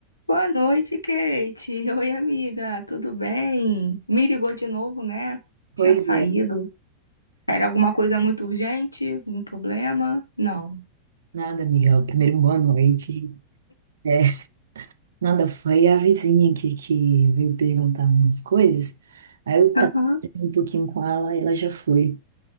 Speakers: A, on the left; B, on the right.
A: Boa noite, Kate. Oi, amiga. Tudo bem? Me ligou de novo, né? Tinha
B: Pois
A: saído.
B: é,
A: Era alguma coisa muito urgente? Algum problema? Não.
B: nada, Miguel. Primeiro, boa noite. É, nada, foi a vizinha aqui que veio perguntar umas coisas. Aí eu
A: Aham.
B: tava conversando um pouquinho com ela e ela já foi.